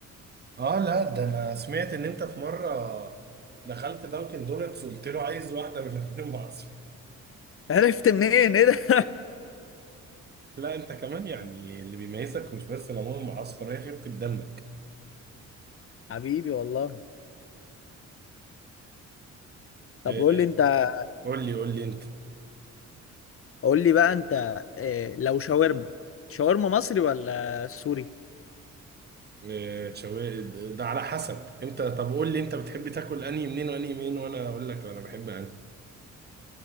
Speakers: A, on the right; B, on the left.
A: اه لا ده انا سمعت ان انت في مرة دخلت دانكن دونتس قلت له عايز واحدة بالليمون المعصفر
B: عرفت منين ايه ده <laughs>
A: لا انت كمان يعني اللي بيميزك مش بس الليمون المعصفر هي خفة دمك
B: حبيبي والله طب
A: آه،
B: قول لي انت
A: قول لي قول لي انت
B: قول لي بقى انت إيه لو شاورما شاورما مصري ولا سوري
A: إيه، شوي ده ده على حسب انت طب قول لي انت بتحب تاكل انهي منين وانهي منين وانا اقول لك انا بحب انهي